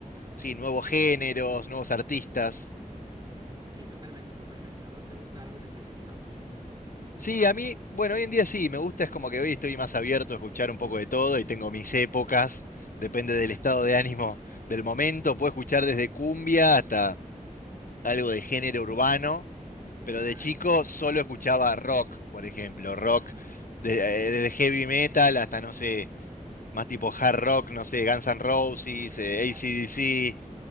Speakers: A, on the left; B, on the right.
A: sí, nuevos géneros, nuevos artistas.
B: Sí, totalmente, totalmente. ¿A vos te gusta algo en específico?
A: Sí, a mí, bueno, hoy en día sí, me gusta, es como que hoy estoy más abierto a escuchar un poco de todo y tengo mis épocas, depende del
B: Claro,
A: estado de ánimo del momento, puedo escuchar desde cumbia hasta algo de género urbano. pero
B: claro.
A: de chico solo escuchaba rock, por ejemplo, rock
B: Ah, ya,
A: de- eh, desde heavy metal hasta, no sé, más tipo hard rock, no sé, Guns N' Roses,
B: <laughs>
A: eh,
B: ya,
A: AC/DC,
B: ya.